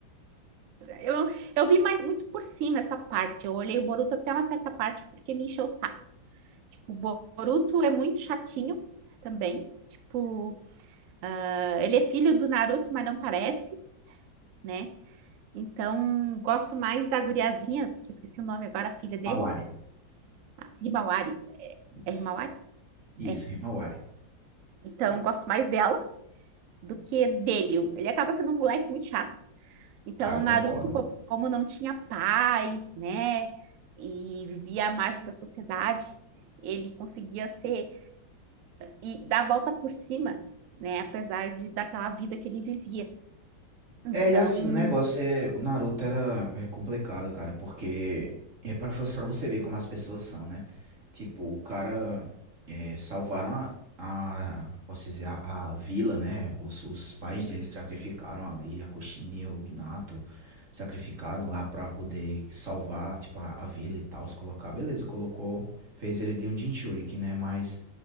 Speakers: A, on the right (about 80°); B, on the right (about 40°).
A: Eu, não- eu vi mais muito por cima essa parte. Eu olhei o Boruto até uma certa parte porque me encheu o saco. Tipo, o Boruto é muito chatinho também. Tipo, ah, ele é filho do Naruto, mas não parece, né? Então, gosto mais da guriazinha, que eu esqueci o nome agora, a filha deles,
B: Awari.
A: a Himawari.
B: Isso.
A: É Himawari?
B: Isso,
A: É.
B: rima Awari.
A: Então, gosto mais dela do que dele. Ele acaba sendo um moleque muito chato. Então,
B: Ah, eu
A: o
B: concordo.
A: Naruto, co- como não tinha paz, né, e vivia à margem da sociedade, ele conseguia ser e dar a volta por cima, né, apesar de daquela vida que ele vivia. Então,
B: É, e assim, o negócio é. O Naruto era é complicado, cara, porque. É pra, vo- pra você ver como as pessoas são, né? Tipo, o cara. é, salvaram a. a posso dizer, a, a vila, né? Os, os pais
A: sim,
B: dele se sacrificaram ali, a Kushina e o Minato sacrificaram lá pra poder salvar, tipo, a, a vila e tal, se colocar. Beleza, colocou. Fez ele de um Jinchuriki, né? Mas